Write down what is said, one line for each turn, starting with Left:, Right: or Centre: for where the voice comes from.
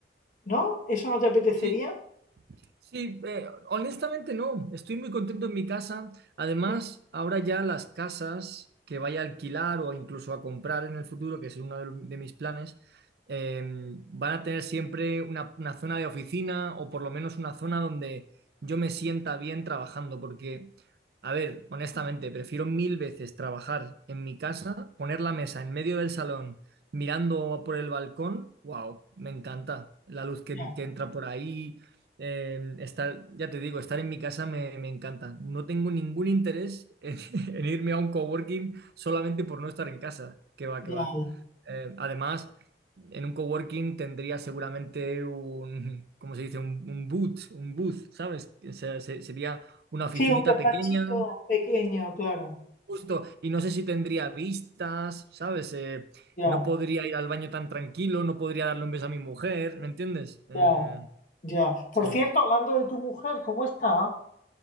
Left: ¿No? ¿Eso no te apetecería?
Right: Sí, Sí, eh, honestamente no, estoy muy contento en mi casa. Además,
Left: Sí,
Right: ahora ya las casas que vaya a alquilar o incluso a comprar en el futuro, que es uno de, de mis planes, eh, van a tener siempre una, una zona de oficina o por lo menos una zona donde yo me sienta bien trabajando, porque, a ver, honestamente, prefiero mil veces trabajar en mi casa, poner la mesa en medio del salón. Mirando por el balcón, wow, me encanta la luz que,
Left: ya,
Right: que entra por ahí, eh, estar, ya te digo, estar en mi casa me, me encanta. No tengo ningún interés en, <laughs> en irme a un coworking solamente por no estar en casa. Que va,
Left: ya.
Right: que va. Eh, además, en un coworking tendría seguramente un, <laughs> ¿cómo se dice? Un, un boot, un booth, ¿sabes? O sea, se- sería una oficinita
Left: Sí, un despachito
Right: pequeña,
Left: pequeño, claro.
Right: justo, y no sé si tendría vistas, ¿sabes? Eh,
Left: Ya,
Right: no podría ir al baño tan tranquilo, no podría darle un beso a mi mujer, ¿me entiendes? Eh,
Left: ya, ya. Por
Right: sí.
Left: cierto, hablando de tu mujer, ¿cómo está?